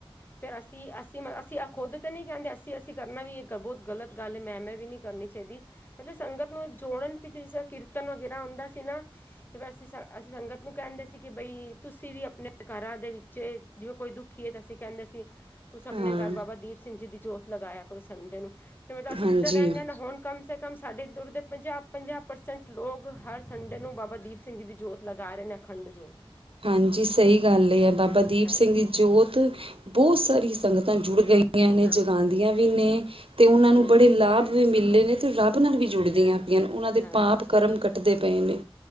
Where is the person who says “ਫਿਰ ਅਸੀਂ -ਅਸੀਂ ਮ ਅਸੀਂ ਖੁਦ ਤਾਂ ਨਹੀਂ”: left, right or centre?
Left